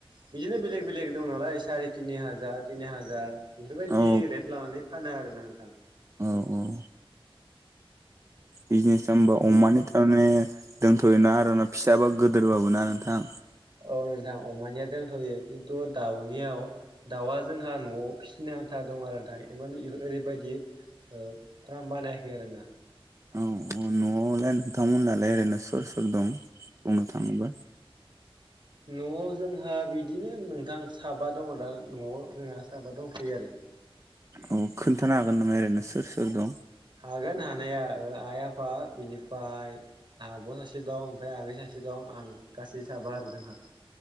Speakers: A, on the right (about 55°); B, on the right (about 30°).
A: बिदिनो बेलेग बेलेग दं नालाय साराय तिनि हाजार तिनि हाजार बेफोरबायदि
B: औ
A: रेट लानानै फानो आरोना नोंथां।
B: औ औ बिजनेस खालामबा
A: बिदि
B: अमानि थाराने दोनथ'योना आरा फिसाबा गोदोरबाबोना नोंथां।
A: औ नोंथां अमानिया दोनथ'यो खिन्थु दाउनियाव दाउआ जोंहा न'आव फिसिनो आन्था दं आरो नोंथां मानि ओरैबायदि ओ फार्म बानायाखै आरोना
B: औ औ न'आव <unintelligible> ओरैनो सोर सोर दं बुंनो थाङोब्ला
A: न'आव जोंहा बि दिनो नोंथां साबा दङ दा न'आव जोंहा साबा दंखायो आरो
B: औ खोन्थानो हागोन नामा ओरैनो सोर सोर दं।
A: हागोन हानाया ओ आइ आफा बिनिफ्राय आब' सासे दं ओमफ्राय आगै सासे दं आं गासै साबा आरो जोंहा